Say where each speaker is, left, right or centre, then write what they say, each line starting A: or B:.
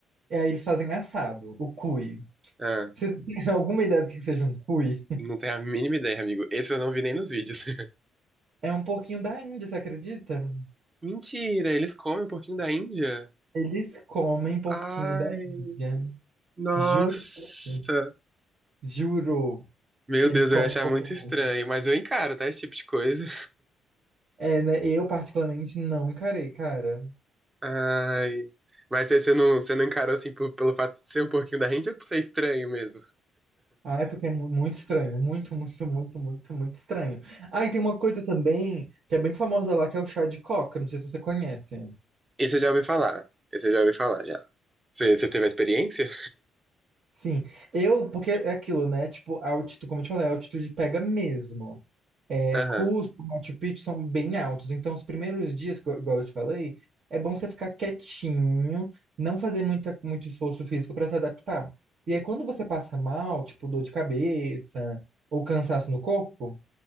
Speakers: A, on the right; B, on the right.
A: e aí eles fazem assado, o cuy.
B: Ah,
A: Você <laughs> tem alguma ideia do que seja um cuy?
B: não tenho a mínima ideia, amigo. Esse eu não vi nem nos vídeos. <laughs>
A: É um porquinho da Índia, você acredita?
B: Mentira, eles comem um pouquinho da Índia?
A: Eles comem porquinho
B: Ai,
A: da Índia.
B: nossa.
A: Juro, pra você. juro
B: Meu
A: que
B: Deus,
A: eles comem
B: eu ia achar
A: porquinho.
B: muito estranho, mas eu encaro, tá? Esse tipo de coisa.
A: É, né? Eu particularmente não encarei, cara.
B: <laughs> Ai. Mas você você não, você não encarou, assim, por- pelo fato de ser um pouquinho da Índia ou por ser estranho mesmo?
A: Ah, é porque é mu- muito estranho, muito, muito, muito, muito, muito estranho. Ah, e tem uma coisa também que é bem famosa lá, que é o chá de coca. Não sei se você conhece.
B: Esse eu já ouvi falar. Esse eu já ouvi falar, já. Você você teve a experiência?
A: Sim, eu, porque é aquilo, né? Tipo, a altitude, como eu te falei, a altitude pega mesmo. É,
B: Aham.
A: Cusco, Machu Picchu são bem altos. Então, os primeiros dias, co- igual eu te falei, é bom você ficar quietinho, não fazer muita, muito esforço físico para se adaptar. E aí, quando você passa mal, tipo dor de cabeça ou cansaço no corpo,